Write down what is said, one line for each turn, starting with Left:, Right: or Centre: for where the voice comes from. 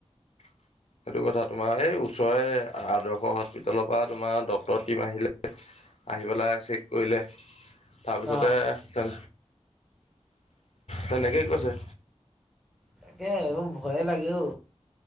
Left: <inaudible> সেইটো কথা তোমাৰ এই ওচৰৰে আদৰ্শ হস্পিটেলৰ পৰা তোমাৰ ডটৰৰ টিম আহিলে। আহি পেলাই চেক কৰিলে। তাৰপিছতে
Centre: অঁ
Left: তে তেনেকেই কৈছে।
Centre: তাকে ভয়ে লাগেও